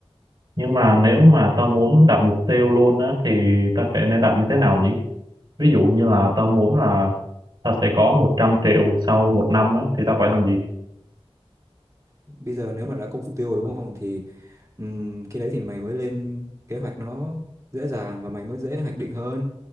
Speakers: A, on the right (about 50°); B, on the right (about 30°).
A: nhưng mà nếu mà tao muốn đặt mục tiêu luôn á thì tao sẽ nên đặt như thế nào nhỉ ví dụ như là tao muốn là tao sẽ có 100 triệu sau một năm á thì tao phải làm gì
B: bây giờ nếu mà đã công sức tiêu rồi đúng không thì ừm, khi đấy thì mày mới lên kế hoạch nó dễ dàng và mày mới dễ hoạch định hơn